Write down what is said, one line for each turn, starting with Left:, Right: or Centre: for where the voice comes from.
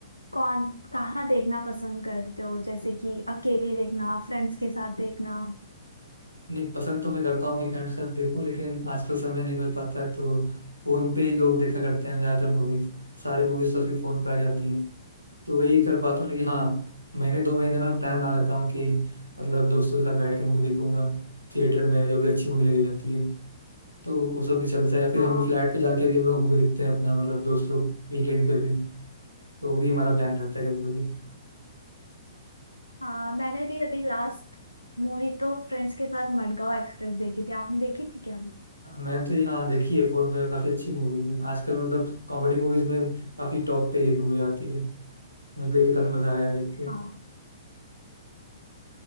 Left: कौन कहाँ देखना पसंद करते हो जैसे कि अकेले देखना फ्रेंड्स के साथ देखना
Right: नहीं पसंद तो मैं करता हूँ कि फ्रेंड्स के साथ देखूं लेकिन आजकल समय नहीं मिल पाता है तो फोन पे ही लोग देखा करते हैं ज्यादातर मूवीज सारी मूवीज तो आजकल फोन पे आ जाती हैं तो वही कर पाता हूँ लेकिन हाँ महीने दो महीने में प्लान बना लेता हूँ कि मतलब दोस्तों के साथ बैठ के मूवी देखूंगा थिएटर में जो भी अच्छी मूवी लगी जाती है तो वो सब भी चलता है या फिर
Left: हाँ
Right: हम फ्लैट पे जाके भी हम लोग मूवी देखते हैं अपना मतलब दोस्त लोग वीकेंड पे भी तो वो भी हमारा प्लान रहता है कभी कभी
Left: हाँ मैंने भी अभी लास्ट मूवी तो फ्रेंड्स के साथ मडगांव एक्सप्रेस देखी थी आपने देखी थी क्या वो
Right: मैंने तो ये हाँ देखी है फोन पे काफी अच्छी मूवीज है आजकल मतलब कॉमेडी मूवीज में काफी टॉप पे ये मूवी आती है मुझे देख के काफी मजा आया देख के
Left: हाँ